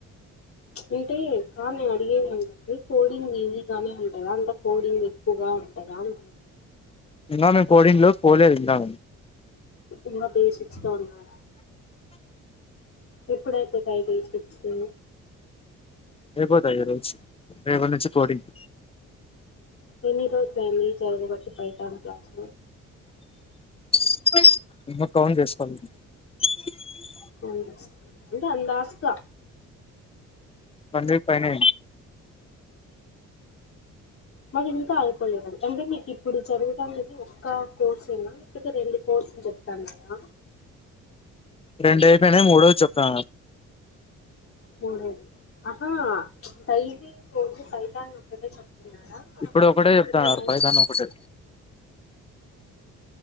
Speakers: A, on the left; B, on the left.
A: అంటే ఆమె అడిగే ఎదంటె కోడింగ్ ఈజీ గానే ఉ. ఎ అంత కోడింగ్ ఎక్కువగా ఉంటదా దాన్.
B: అమే పోడింగ్ లో పోలేదింకా.
A: సినిమా బేసీక్స్ లో ఉన్నదా. ఇప్పుడైతే టైటీ సిక్స్ ఏ.
B: అయిపోతాయి ఈ రోజు, రేపటి నుంచి కోడింగ్.
A: ఎన్ని రోజు అయింది జరగబట్టి పైటం క్లాస్.
B: <unintelligible>
A: అవున్ స్ ఇంకా రాస్తా.
B: అదే పైనే.
A: మరి ఇంకా ఆడుకోలేదుడి అంటే మీకు ఇప్పుడు చదువుటానేది ఒక్క. కోర్సు ఏనా లేకపోతె రెండు కోర్సు చెప్తాఅన్నదా.
B: రెండు అయిపోయినయ్ మూడోది చెప్తా.
A: <unintelligible> చెప్తున్నారా
B: ఇప్పుడు ఒకటే చెప్తా
A: ఇంకా ఏమని
B: పైతను
A: చెప్తున్నారు
B: ఒకటే.